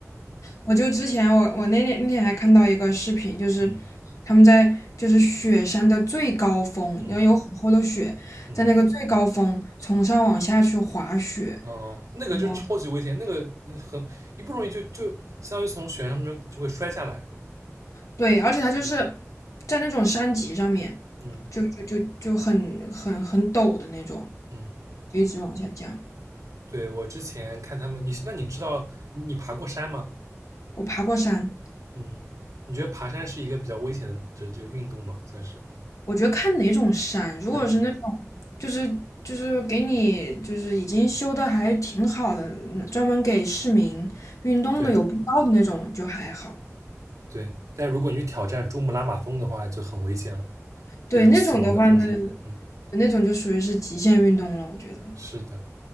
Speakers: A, on the right; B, on the left.
A: 嗯
B: 我就之前我我那天那天还看到一个视频，就是
A: 嗯
B: 他们在就是雪山的最高峰，
A: 嗯
B: 然后有很厚的雪，
A: 嗯，
B: 在那个最高峰从上往下去滑雪。
A: 哦，那个就超级危险，
B: 哇，
A: 那个嗯很一不容易就就相当于从悬崖上面就会摔下来。
B: 对，而且它就是
A: 嗯
B: 在那种山脊上面，
A: 嗯
B: 就就就就很很很陡的那种，
A: 嗯，
B: 就一直往下降。
A: 对，我之前看他们，你那你知道你你爬过山吗？
B: 我爬过山，
A: 嗯，你觉得爬山是一个比较危险的这这个运动吗？算是。嗯
B: 我觉得看哪种山，如果是那种
A: 嗯，
B: 就是就是给你就是已经修的还挺好的，嗯专门给市民运动的有步道的那种就还好。
A: 对对，但如果你去挑战珠穆朗玛峰的话，就很危险了，就有死亡的风险。
B: 对，那种的话呢，
A: 嗯，
B: 那种就属于是极限运动了，我觉得。
A: 是的。